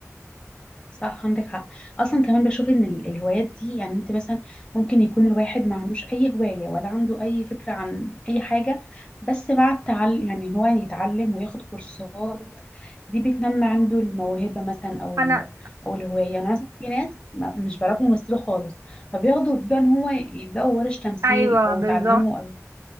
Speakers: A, on the left (about 20°); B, on the right (about 70°).
A: صح عندك حق اصلا كمان بشوف ان ال- الهوايات دي يعني انت مثلا ممكن يكون الواحد ما عندوش اي هواية ولا عنده اي فكرة عن اي حاجة بس مع التعلم يعني ان هو يتعلم وياخد كورسات دي بتنمي عنده الموهبة مثلا او
B: انا
A: ال... او الهواية انا مثلا في ناس ما- مش بيعرفوا يمثلوا خالص فبياخدوا بيبدأوا ان هو يبدأوا ورش تمثيل
B: ايوه
A: او
B: بالظبط
A: يتعلموا او